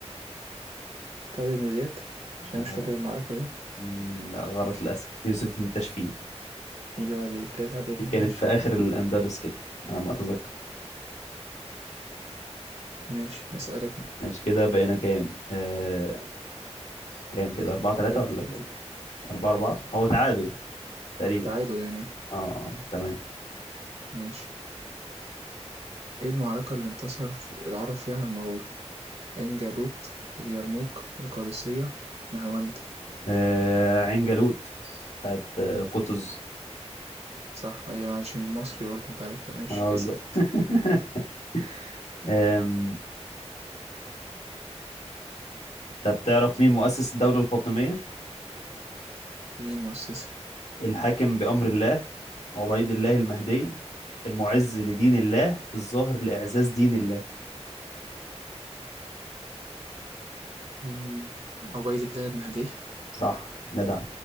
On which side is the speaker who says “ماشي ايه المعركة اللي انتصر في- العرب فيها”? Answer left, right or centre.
Right